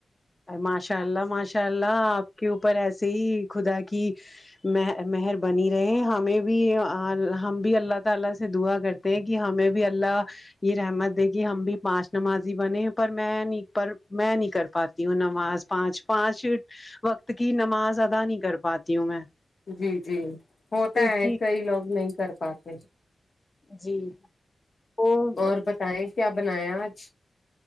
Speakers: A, on the left; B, on the left.
A: ماشاء اللہ ماشاء اللہ آپ کے اوپر ایسے ہی خدا کی م مہر بنی رہے ہمیں بھی ہم بھی اللہ تعالی سے دعا کرتے کہ ہمیں بھی اللہ یہ رحمت دے کہ ہم بھی پانچ نمازی بنے ہیں پر میں نہیں پر میں نہیں کر پاتی ہوں نماز پانچ پانچ وقت کی نماز ادا نہیں کر پاتی ہوں میں
B: جی جی ہوتا
A: کیونکہ
B: ہے کئی لوگ نہیں کر پاتے
A: جی وہ
B: اور بتیں کیا بنایا آج